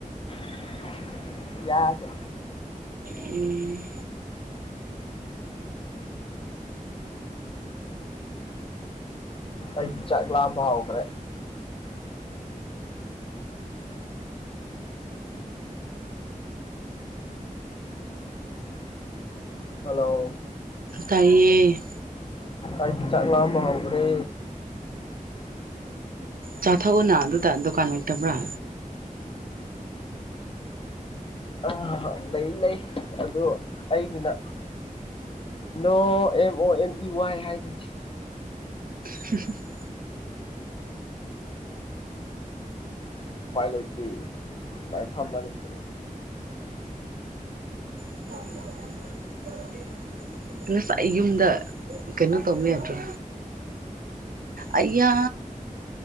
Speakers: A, on the left; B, on the right.
A: <unintelligible> ꯌꯥꯗꯦ
B: ꯎꯝ
A: ꯑꯩꯗꯤ ꯆꯥꯛ ꯂꯥꯝꯕ ꯍꯧꯈ꯭ꯔꯦ ꯍꯜꯂꯣ
B: ꯇꯥꯏꯌꯦ
A: ꯑꯩꯥꯏꯗꯤ ꯆꯥꯛ ꯂꯥꯝꯕ ꯍꯧꯈ꯭ꯔꯦ
B: ꯆꯥꯊꯣꯛꯎꯅ ꯑꯗꯨꯗ ꯗꯨꯀꯥꯟ ꯂꯩꯇꯕ꯭ꯔꯥ
A: <unintelligible> ꯂꯩ ꯂꯩ ꯑꯗꯨ ꯑꯩꯒꯤꯅ ꯅꯣ M O N E Y ꯍꯥꯏꯗꯨꯅꯤ
B: <unintelligible>
A: ꯎꯄꯥꯏ ꯂꯩꯇꯦ ꯁꯨꯃꯥꯏ ꯐꯝꯕ ꯅꯠꯇꯅ
B: <unintelligible> ꯉꯁꯥꯏ ꯌꯨꯝꯗ ꯀꯩꯅꯣ ꯇꯧꯕ ꯌꯥꯗ꯭ꯔꯣ ꯑꯌꯥ